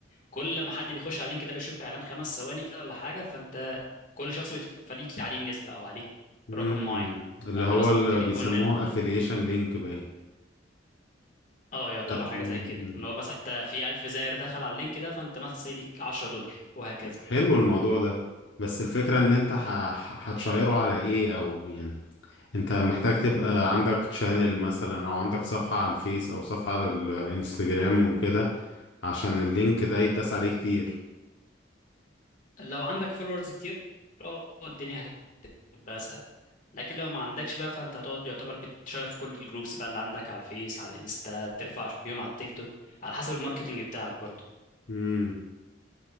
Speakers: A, on the left (about 45°); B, on the left (about 75°).
A: كل ما حد بيخش على اللينك ده بيشوف اعلان خمس ثواني كده ولا حاجة فانت كل شخص بيتفق فليك عليه نسبة او عليك
B: مم.
A: رقم معين
B: اللي
A: فانت
B: هو
A: مثلا
B: اللي
A: ممكن
B: بيسموه
A: يكون ال...
B: افيليشن لينك باين
A: اه يعتبر
B: لا،
A: حاجة
B: مم.
A: زي كده ان هو مثلا انت في 1000 زائر دخل على اللينك ده فانت مثلا سي ليك 10 دولار وهكذا
B: حلو الموضوع ده بس الفكرة ان انت ح- ح- هتشيره على ايه او يعني انت محتاج تبقى عندك تشانل مثلا او عندك صفحة على الفيس او صفحة على الانستجرام وكده عشان اللينك ده يتداس عليه كتير
A: لو عندك فولورز كتير اه الدنيا يبقى اسهل لكن لو ما عندكش بقى فانت هتقعد يعتبر بتشير في كل الجروبس بقى اللي عندك على الفيس على الانستا ترفع بيهم على التيك توك على حسب الماركتنج بتاعك برضو
B: مم.